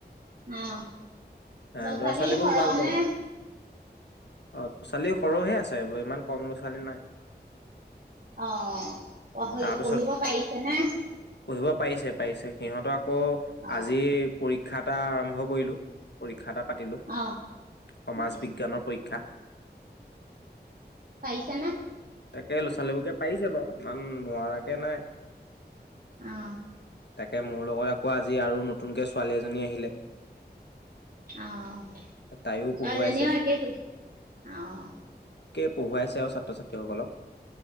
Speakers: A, on the right; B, on the left.
A: অ
B: এ ল'ৰা
A: ছোৱালী
B: ছোৱালীবোৰ
A: সৰহনে
B: ভাল বাৰু অ ছোৱালী সৰহে আছে আৰু ইমান কম ল'ৰা ছোৱালী নাই।
A: অ পঢ়ি
B: তাৰপিছত
A: পঢ়িব পাৰিছে নে
B: পঢ়িব পাৰিছে পাৰিছে সিহঁতক ক
A: অ
B: আজি পৰীক্ষা ক্ষা এটা আৰম্ভ কৰিলোঁ খা পাতিলোঁ
A: অ
B: সমাজ
A: উম
B: বিজ্ঞানৰ পৰীক্ষা।
A: পাৰিছা নে
B: তাকে ল'ৰা ছোৱালীবোৰকে পাৰিছে বাৰু ইমান নোৱাৰাকে নাই।
A: অহ',
B: তাকে মোৰ লগত আকৌ আজি আৰু নতুনকে ছোৱালী এজনী আহিলে।
A: অহ',
B: তাইও
A: ছোৱালীজনী
B: পঢ়ুৱাইছে।
A: একেই অহ',।
B: পঢ়োৱাইছে আৰু ছাত্ৰ ছাত্ৰীসকলক।